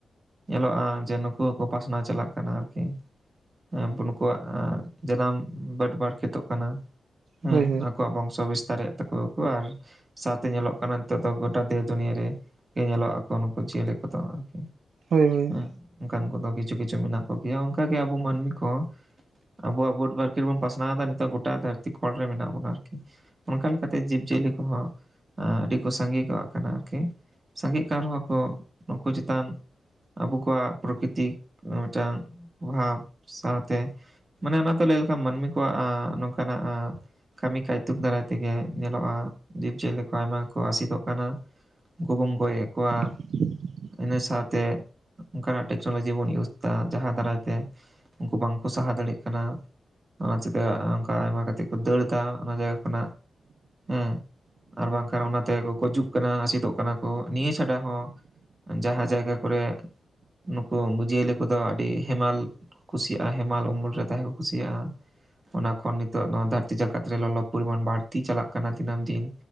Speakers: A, on the right (about 30°); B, on the right (about 75°).
A: ᱧᱮᱞᱚᱜᱼᱟ ᱡᱮ ᱱᱩᱠᱩ ᱦᱚᱸᱠᱚ ᱯᱟᱥᱱᱟᱣ ᱪᱟᱞᱟᱜ ᱠᱟᱱᱟ ᱟᱨᱠᱤ᱾ ᱮᱸ ᱱᱩᱠᱩᱣᱟᱜ ᱡᱟᱱᱟᱢ ᱵᱟᱹᱰ ᱵᱟᱹᱲᱠᱮᱛᱚᱜ ᱠᱟᱱᱟ᱾ ᱦᱩᱸ
B: ᱦᱳᱭ
A: ᱟᱠᱚᱣᱟᱜ ᱵᱚᱝᱥᱚ ᱵᱤᱥᱛᱟᱨ ᱨᱮᱭᱟᱜ᱾ ᱛᱟᱠᱚᱣᱟᱠᱚ ᱟᱨ ᱥᱟᱶᱛᱮ ᱧᱮᱞᱚᱜ ᱠᱟᱱᱟ ᱱᱤᱛᱚᱜ ᱫᱚ ᱜᱚᱴᱟ ᱫᱮᱵ ᱫᱩᱱᱤᱭᱟᱹ ᱨᱮ᱾ ᱜᱮ ᱧᱮᱞᱚᱜ ᱟᱠᱚ ᱱᱩᱠᱩ ᱡᱤᱭᱟᱹᱞᱤ ᱠᱚᱫᱚ ᱟᱨᱠᱤ᱾
B: ᱩᱸᱻ
A: ᱦᱮᱸ ᱚᱱᱠᱟᱱ ᱠᱚᱫᱚ ᱠᱤᱪᱷᱩ ᱠᱤᱪᱷᱩ ᱢᱮᱱᱟᱜ ᱠᱚᱜᱮᱭᱟ ᱚᱱᱠᱟᱜᱮ ᱟᱵᱚ ᱢᱟᱹᱱᱢᱤ ᱠᱚ᱾ ᱟᱵᱚᱣᱟᱜ ᱵᱟᱹᱴ ᱵᱟᱨᱠᱮᱵᱚᱱ ᱯᱟᱥᱱᱟᱣ ᱫᱟ ᱱᱤᱛᱚᱜ ᱜᱚᱴᱟ ᱫᱟᱹᱨᱛᱤ ᱠᱚᱸᱲ ᱨᱮ ᱢᱮᱱᱟᱜ ᱵᱚᱱᱟ ᱟᱨᱠᱤ᱾ ᱚᱱᱠᱟ ᱞᱮᱠᱟᱛᱮ ᱡᱤᱵᱽ ᱡᱤᱭᱟᱹᱞᱤ ᱠᱚᱦᱚᱸ ᱟᱹᱰᱤ ᱠᱚ ᱥᱟᱸᱜᱮ ᱠᱚᱜ ᱠᱟᱱᱟ ᱟᱨᱠᱤ᱾ ᱥᱟᱸᱜᱮᱜ ᱠᱟᱱ ᱨᱮᱦᱚᱸ ᱠᱚ ᱱᱳᱠᱳ ᱪᱮᱛᱟᱱ ᱟᱵᱚ ᱠᱚᱣᱟᱜ ᱯᱨᱚᱠᱤᱛᱤᱠ᱾ ᱢᱤᱫᱴᱟᱝ ᱵᱷᱟᱵᱽ ᱥᱟᱶᱛᱮ᱾ ᱢᱟᱱᱮ ᱚᱱᱟ ᱫᱚ ᱞᱟᱹᱭ ᱞᱮᱠᱷᱟᱱ ᱢᱟᱹᱱᱢᱤ ᱠᱚᱣᱟᱜ ᱟᱸᱜ ᱱᱚᱝᱠᱟᱱᱟᱜ ᱟᱸᱜ᱾ ᱠᱟᱹᱢᱤ ᱠᱟᱭᱛᱩᱠ ᱫᱟᱨᱟᱭ ᱛᱮᱜᱮ ᱧᱮᱞᱚᱜᱼᱟ ᱡᱤᱵᱽ ᱡᱤᱭᱟᱹᱞᱤ ᱠᱚ ᱟᱭᱢᱟ ᱠᱚ ᱟᱥᱤᱫᱚᱜ ᱠᱟᱱᱟ᱾ ᱜᱩᱜᱩᱢ ᱜᱚᱡ ᱮᱫ ᱠᱚᱣᱟ᱾
B: <inaudible>
A: ᱤᱱᱟᱹ ᱥᱟᱶᱛᱮ᱾ ᱚᱱᱠᱟᱱᱟᱜ ᱴᱮᱠᱱᱳᱞᱚᱡᱤ ᱵᱚᱱ ᱤᱭᱩᱡᱽ ᱫᱟ ᱡᱟᱦᱟᱸ ᱫᱟᱨᱟᱭᱛᱮ ᱩᱝᱠᱩ ᱵᱟᱝᱠᱚ ᱥᱟᱦᱟ ᱫᱟᱲᱮᱭᱟᱜ ᱠᱟᱱᱟ᱾ ᱟᱸ ᱪᱮᱠᱟ ᱟᱝᱠᱟ ᱟᱭᱢᱟ ᱠᱟᱛᱮᱜ ᱠᱚ ᱫᱟᱹᱲ ᱫᱟ ᱚᱱᱟ ᱡᱟᱭᱜᱟ ᱠᱷᱚᱱᱟᱜ᱾ ᱦᱩᱸ ᱟᱨ ᱵᱟᱝᱠᱷᱟᱱ ᱚᱱᱟᱛᱮᱜᱮ ᱠᱚ ᱜᱩᱡᱩᱜ ᱠᱟᱱᱟ ᱟᱥᱤᱫᱚᱜ ᱠᱟᱱᱟ᱾ ᱠᱩ ᱱᱤᱭᱟᱹ ᱪᱷᱟᱰᱟ ᱦᱚᱸ ᱡᱟᱦᱟᱸ ᱡᱟᱭᱜᱟ ᱠᱚᱨᱮ᱾ ᱱᱩᱠᱩ ᱡᱤᱭᱟᱹᱞᱤ ᱠᱚᱫᱚ ᱟᱹᱰᱤ ᱦᱮᱸᱢᱟᱞ᱾ ᱠᱩᱥᱤᱭᱟᱜᱼᱟ ᱦᱮᱸᱢᱟᱞ ᱩᱢᱩᱞ ᱨᱮ ᱛᱟᱦᱮᱸ ᱠᱚ ᱠᱩᱥᱤᱭᱟᱜᱼᱟ᱾ ᱚᱱᱟ ᱠᱷᱚᱱ ᱱᱤᱛᱚᱜ ᱱᱚᱣᱟ ᱫᱷᱟᱹᱨᱛᱤ ᱡᱟᱠᱟᱛ ᱨᱮ ᱞᱚᱞᱚ ᱯᱚᱨᱤᱢᱟᱱ ᱵᱟᱹᱲᱛᱤ ᱪᱟᱞᱟᱜ ᱠᱟᱱᱟ ᱫᱤᱱᱟᱹᱢ ᱫᱤᱱ᱾